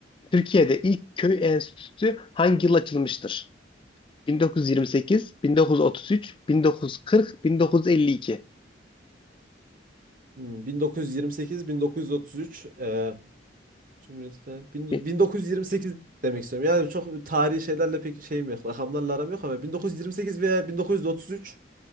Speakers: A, on the left (about 25°); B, on the right (about 45°).
A: Türkiye'de ilk köy enstitüsü hangi yıl açılmıştır? 1928, 1933, 1940, 1952.
B: Hmm, 1928-1933 e, Cumhuriyet'le bin-
A: Bi-
B: 1928 demek istiyorum. Yani çok tarihi şeylerle pek şeyim yok. Rakamlarla aram yok ama 1928 veya 1933